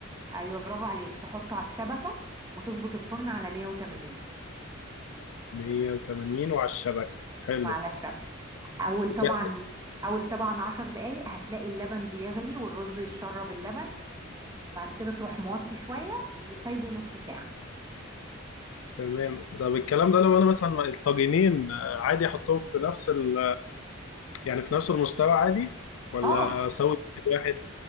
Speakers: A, on the right (about 15°); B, on the left (about 75°).
A: ايوه برافو عليك تحطه على الشبكه وتظبط الفرن على 180
B: 180 وعلى الشبكة حلو
A: وعلى الشبكه اول طبعا
B: الك-
A: اول طبعا 10 دقائق هتلاقي اللبن بيغلي والرز يتشرب اللبن وبعد كده تروح موطي شويه وسايبه نص ساعه
B: تمام طب الكلام ده لو انا مثلا الطاجنين آه، عادي احطهم في نفس ال... يعني في نفس المستوى عادي ولا
A: اه
B: اسوي واحد